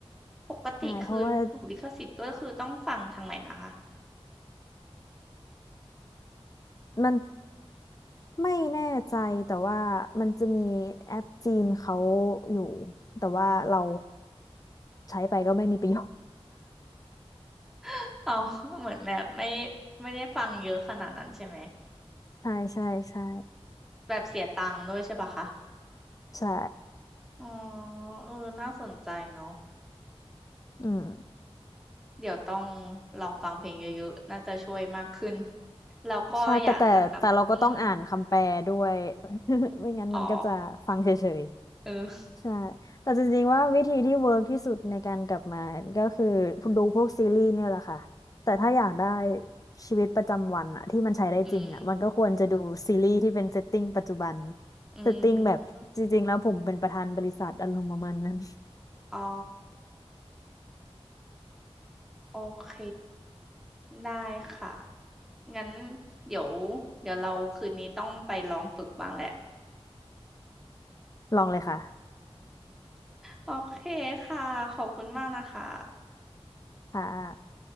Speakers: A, in the centre; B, on the left.
A: ปกติคือถูกลิขสิทธิ์ก็คือต้องฟังทางไหนนะคะ
B: ใช่เพราะว่ามัน ไม่แน่ใจแต่ว่ามันจะมีแอปจีนเขาอยู่แต่ว่าเราใช้ไปก็ไม่มีประโยชน์
A: <laughs> เรา <laughs> เหมือนแบบไม่ไม่ได้ฟังเยอะขนาดนั้นใช่ไหม
B: <laughs> ใช่ใช่ใช่
A: แบบเสียตังค์ด้วยใช่ปะคะ
B: ใช่
A: อ๋อเออน่าสนใจเนาะ
B: อืม
A: เดี๋ยวต้องลองฟังเพลงเยอะๆน่าจะช่วยมากขึ้นแล้วก็อยากจะกลับอืม
B: ใช่แต่แต่แต่เราก็ต้องอ่านคำแปลด้วย <laughs> ไม่งั้นมันก็จะฟังเฉย
A: อ๋อเออ
B: ใช่แต่จริงๆว่าวิธีที่เวิร์กที่สุดในการกลับมาก็คือดูพวกซีรีส์เนี่ยแหละค่ะ แต่ถ้าอยากได้ชีวิตประจำวันอะที่มันใช้ได้จริงอะมันก็ควรจะดูซีรีส์ที่เป็นเซตติ้งปัจจุบัน
A: อืมอืม
B: เซตติ้งแบบจริงๆแล้วผมเป็นประธานบริษัทอารมณ์ประมาณนั้น
A: อ๋อโอเค ได้ค่ะ งั้นเดี๋ยวเดี๋ยวเราคืนนี้ต้องไปลองฝึกบ้างแหละ
B: <laughs> ลองเลยค่ะ
A: โอเคค่ะขอบคุณมากนะคะ
B: <laughs> ค่ะ